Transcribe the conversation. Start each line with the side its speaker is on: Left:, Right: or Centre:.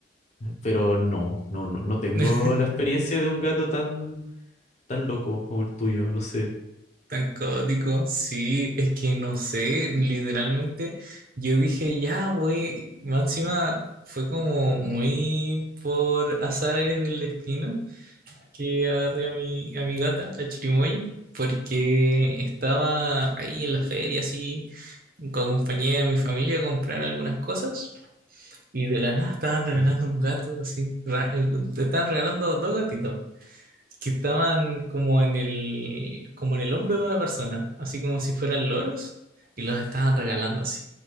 Left: pero no, no, no, no tengo
Right: <laughs>
Left: la experiencia de un gato tan, tan loco como el tuyo, no sé.
Right: Tan caótico. Sí, es que no sé, literalmente yo dije, ya, güey, más encima fue como muy por azares del destino que agarré a mi, a mi gata, la chirimoya, porque estaba ahí en la feria, así, co- acompañé a mi familia a comprar algunas cosas y de la nada estaban regalando
Left: Mm.
Right: un gato, así, ra- eh, estaban regalando dos gatitos. que estaban como en el, como en el hombro de una persona, así como si fueran loros, y los estaban regalando así.